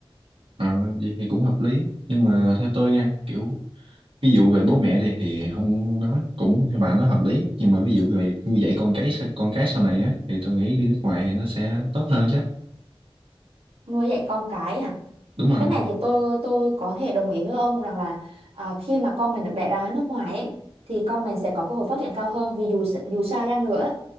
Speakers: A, on the right; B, on the right.
A: Ờ, vậy thì cũng hợp lý. Nhưng mà theo tôi nha, kiểu ví dụ về bố mẹ đi thì không nói cũng theo bà nói hợp lý nhưng mà ví dụ về nuôi dạy con cái sau- con cái sau này á thì tôi nghĩ đi nước ngoài thì nó sẽ tốt hơn chứ
B: nuôi dạy con cái à
A: đúng rồi
B: cái này thì tôi tôi có thể đồng ý với ông rằng là à, khi mà con mình được đẻ ra ở nước ngoài ấy, thì con mình sẽ có cơ hội phát triển cao hơn vì dù s- dù sao chăng nữa